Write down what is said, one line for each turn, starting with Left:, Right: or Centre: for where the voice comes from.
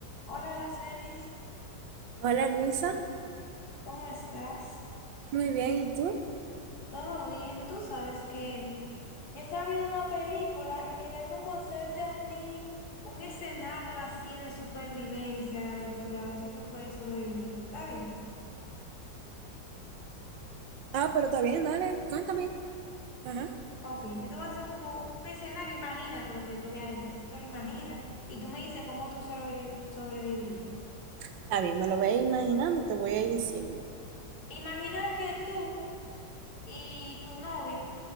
Left: Hola, Aracelis,
Right: Hola Luisa,
Left: ¿cómo estás?
Right: muy bien, ¿y tú?
Left: ¿Todo bien? Tú sabes que yo estaba viendo una película y quería como hacerte a ti un escenario así de supervivencia, de aventura, a ver si tú puedes sobrevivir. ¿Está bien?
Right: Ah, pero está bien, dale, cuéntame. Ajá.
Left: Ok, yo te voy a hacer como un escenario, imagínate lo que yo te voy a decir, tú te lo imaginas y tú me dices cómo tú sobrevi- sobrevivirías.
Right: Está bien, me lo voy a ir imaginando y te voy a ir diciendo.
Left: Imagina que tú y tu novio